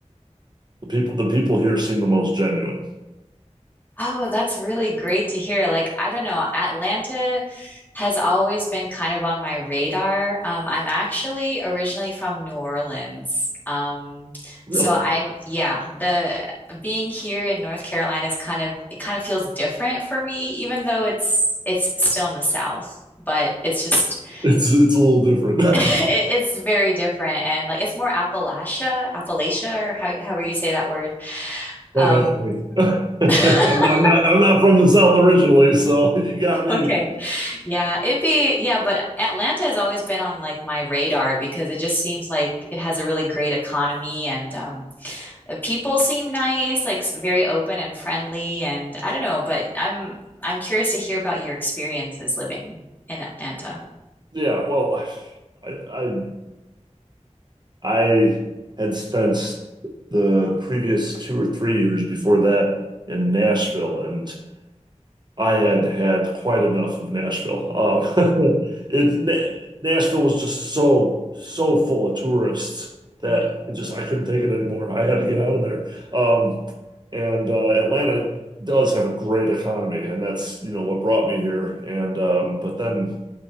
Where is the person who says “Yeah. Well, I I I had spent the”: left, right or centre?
Right